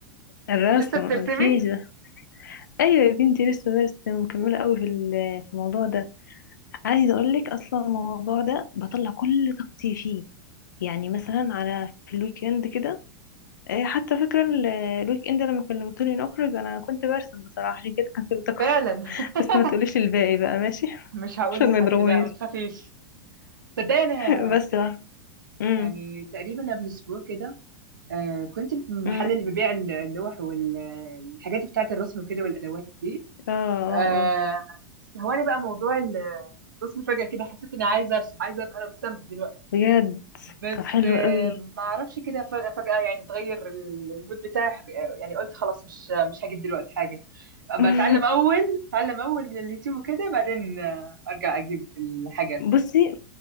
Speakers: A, on the left; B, on the right.
A: الرسم
B: لسه بترسمي
A: مقولكيش ده ايوه يا بنتي لسه برسم مكمله قوي في ال- في الموضوع ده عايزه اقول لك اصلا الموضوع ده بطلع كل طاقتي فيه يعني مثلا على في الويك اند كده إيه، حتى فاكره ال- الويك اند لما كلمتوني نخرج انا كنت برسم بصراحه عشان كده كنسلتكم
B: فعلا
A: بس ما
B: <laughs>
A: تقوليش الباقي بقى ماشي <laughs>
B: مش هقول
A: عشان
B: لحد
A: ما يضربونيش
B: لا ما تخافيش تصدقي انا
A: <laughs> بس بقى امم
B: يعني تقريبا قبل اسبوع كده آه كنت في المحل
A: امم
B: اللي بيبيع ال- اللوح والحاجات بتاعه الرسم وكده والادوات دي
A: اه اه
B: آه
A: اه
B: استهواني بقى موضوع ال- الرسم فجأة كده حسيت اني عايزه ارسم عايزه ابقى انا مستمتع دلوقتي
A: بجد
B: بس
A: طب حلو
B: آه
A: قوي
B: ما اعرفش كده فجأة فجأة يعني اتغير ال- المود بتاعي حك- يعني قلت خلاص مش مش هجيب دلوقتي حاجه
A: <laughs>
B: بتعلم اول اتعلم اول من اليوتيوب وكده بعدين آه، ارجع اجيب الحاجات
A: بصي